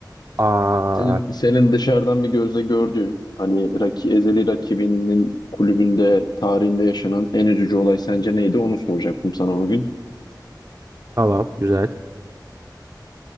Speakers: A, on the right (about 35°); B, on the left (about 65°).
A: Aa,
B: Senin, senin dışarıdan bir gözle gördüğün, hani raki, ezeli rakibinin kulübünde tarihinde yaşanan en üzücü olay sence neydi? Onu soracaktım sana bugün.
A: tamam güzel.